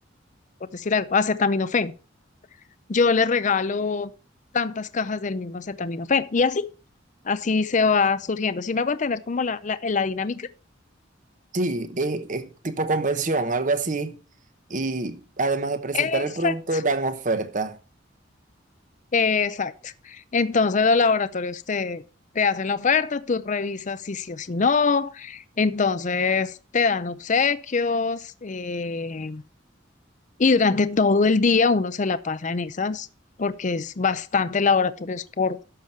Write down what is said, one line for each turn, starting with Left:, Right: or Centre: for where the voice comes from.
Left: por decir algo, acetaminofén. Yo le regalo tantas cajas del mismo acetaminofén. Y así, así se va surgiendo. Si me hago entender como la, la, la dinámica.
Right: Sí, eh, eh, tipo convención, algo así. Y además de presentar
Left: Exacto,
Right: el producto, dan oferta.
Left: exacto. Entonces los laboratorios te, te hacen la oferta, tú revisas si sí o si no. Entonces te dan obsequios eh, y durante todo el día uno se la pasa en esas porque es bastante laboratorios por,